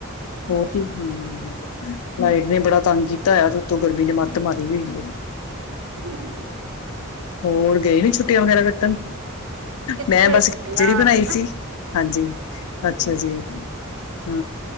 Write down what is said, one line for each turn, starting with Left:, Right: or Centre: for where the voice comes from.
Left: ਹੋਰ ਕੀ ਹਮ ਲਾਈਟ ਨੇ ਬੜਾ ਤੰਗ ਕੀਤਾ ਹੋਇਆ ਤੇ ਉੱਤੋਂ ਗਰਮੀ ਨੇ ਮੱਤ ਮਾਰੀ ਹੋਈ ਹੈ।
Right: ਹਮ
Left: ਹੋਰ ਗਏ ਨੀ ਛੁੱਟੀਆਂ ਵਗੈਰਾ ਕੱਟਣ
Right: ਕਿੱਥੇ
Left: ਮੈਂ ਬਸ
Right: ਛੁੱਟੀਆਂ
Left: ਖਿਚੜੀ ਬਣਾਈ
Right: ਕੱਟਣ
Left: ਸੀ ਹਾਂਜੀ ਅੱਛਾ ਜੀ। ਹਾਂ